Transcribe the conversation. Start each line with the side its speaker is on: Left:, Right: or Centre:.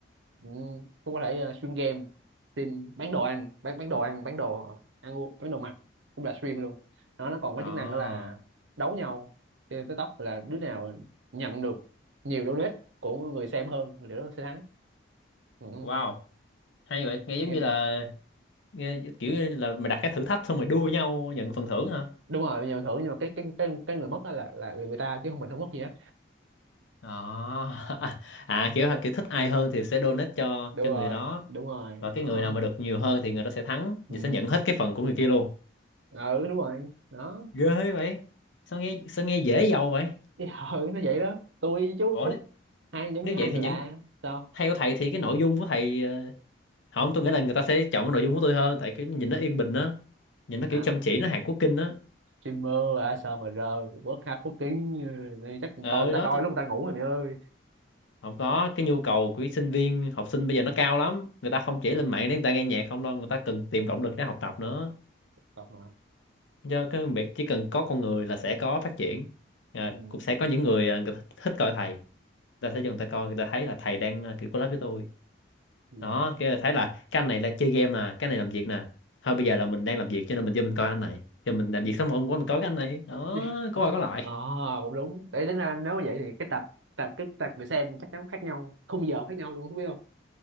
Right: ừ, cũng có thể ờ, stream game stream bán đồ ăn bán bán đồ ăn bán đồ ăn uống, bán đồ mặc cũng là stream luôn nó nó còn
Left: à,
Right: có chức năng đó là đấu nhau trên TikTok là đứa nào nhận được nhiều donate của người xem hơn thì đứa đó sẽ thắng ừ,
Left: wow hay vậy nghe giống
Right: nghe,
Left: như là nghe, kiểu như là mày đặt cái thử thách xong rồi đua nhau nhận phần thưởng hả
Right: đúng rồi nhưng mà thử nhưng mà cái cái cái, cái người mất đó là, là là người ta chứ không mình không mất gì hết
Left: đó <laughs> à, à kiểu kiểu thích ai hơn thì sẽ donate cho
Right: đúng
Left: cho
Right: rồi
Left: người đó
Right: đúng rồi
Left: và cái
Right: nó
Left: người nào mà được nhiều hơn thì người đó sẽ thắng
Right: ừ,
Left: và sẽ nhận hết cái phần của người kia luôn
Right: ừ đúng rồi nó
Left: ghê vậy sao nghe sao nghe dễ giàu vậy
Right: thì <laughs> ừ, nó vậy đó tôi với chú
Left: ủa
Right: Phúc
Left: nếu,
Right: hai giống
Left: nếu
Right: như hai
Left: vậy
Right: người
Left: thì những
Right: lạ sao
Left: theo thầy thì cái nội dung của thầy ờ, không tôi nghĩ là người ta sẽ chọn cái nội dung của tôi hơn tại cái nhìn nó yên bình á nhìn nó
Right: à,
Left: kiểu chăm chỉ nó hạt quốc kinh á
Right: streamer ASMR quốc hát quốc kính ừ, đi chắc
Left: ờ
Right: coi người ta
Left: đó
Right: coi
Left: tôi,
Right: lúc người ta ngủ rồi mày ơi
Left: không có cái nhu cầu của sinh viên học sinh bây giờ nó cao lắm người ta không chỉ lên mạng để người ta nghe nhạc không đâu người ta cần tìm động lực để học tập nữa
Right: tập mà
Left: do cái việc chỉ cần có con người là sẽ có phát triển Ờ,
Right: ừ.
Left: cũng sẽ có những người ờ, người ta thích coi thầy người ta sẽ vô người ta coi người ta thấy là thầy đang ờ, kiểu collab với tôi
Right: Ừ.
Left: đó cái là thấy là cái anh này là chơi game nè cái này làm việc nè thôi bây giờ là mình đang làm việc cho nên mình vô mình coi anh này giờ mình làm việc xong rồi hôm qua mình coi cái anh này đó
Right: <laughs>
Left: có qua có lại
Right: ờ cũng đúng để tính ra nếu mà vậy thì cái tập tập cái tập người xem chắc chắn khác nhau khung giờ khác nhau luôn không biết